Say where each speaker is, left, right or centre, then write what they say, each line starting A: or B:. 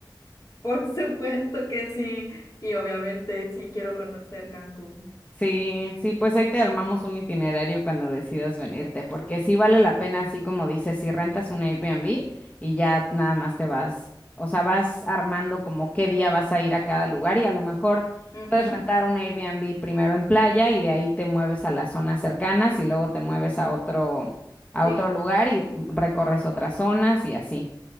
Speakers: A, on the left (about 45°); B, on the left (about 20°).
A: Por supuesto que sí. Y obviamente sí quiero conocer Cancún.
B: Sí, sí, pues ahí te armamos un itinerario cuando decidas venirte, porque sí vale la pena, así como dices, si rentas un Airbnb y ya nada más te vas, o sea, vas armando como qué día vas a ir a cada lugar y a lo mejor
A: Ujú,
B: puedes rentar un Airbnb primero en playa y de ahí te mueves a las zonas cercanas y luego te mueves a otro, a
A: Sí.
B: otro lugar y recorres otras zonas y así.